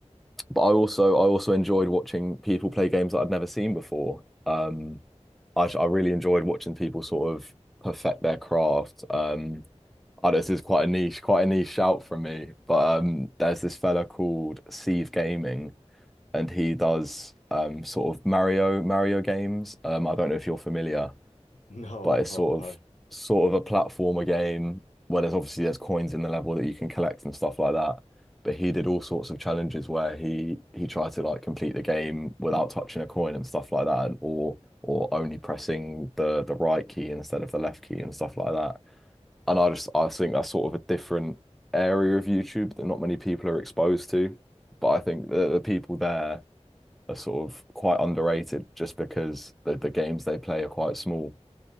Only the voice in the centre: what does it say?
but I also I also enjoyed watching people play games that I'd never seen before. Um, I I really enjoyed watching people sort of perfect their craft. Um, Oh, this is quite a niche, quite a niche shout from me. But um, there's this fella called Sieve Gaming, and he does um sort of Mario Mario games. Um, I don't know if you're familiar,
but
it's
sort
of sort of a platformer game where there's obviously there's coins in the level that you can collect and stuff like that. But he did all sorts of challenges where he he tried to like complete the game without touching a coin and stuff like that, and, or or only pressing the the right key instead of the left key and stuff like that. And I just I think that's sort of a different area of YouTube that not many people are exposed to. But I think the, the people there are sort of quite underrated just because the, the games they play are quite small.